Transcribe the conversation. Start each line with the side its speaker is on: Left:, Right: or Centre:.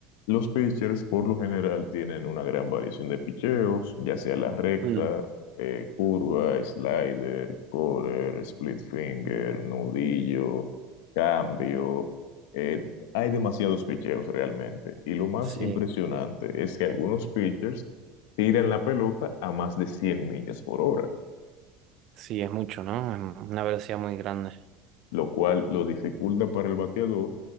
Left: los pitchers por lo general tienen una gran variación de picheos, ya sea la recta,
Right: Mm,
Left: eh, curva, slider, quarter, split finger, nudillo, cambio. Eh, hay demasiados picheos realmente. Y lo más
Right: sí,
Left: impresionante es que algunos pitchers tiran la pelota a más de cien millas por hora.
Right: sí, es mucho, ¿no? Es una velocidad muy grande.
Left: lo cual lo dificulta para el bateador